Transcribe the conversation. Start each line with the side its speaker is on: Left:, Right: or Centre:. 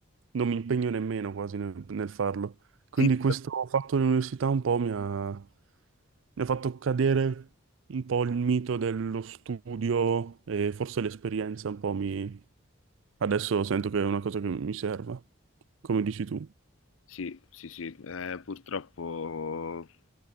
Right: non mi impegno nemmeno quasi nel, nel farlo. Quindi
Left: Sì,
Right: questo fatto dell'università un po' mi ha, mi ha fatto cadere un po' il mito dello studio e forse l'esperienza un po' mi... Adesso sento che è una cosa che mi serva, come dici tu.
Left: Sì, sì, sì, eh, purtroppo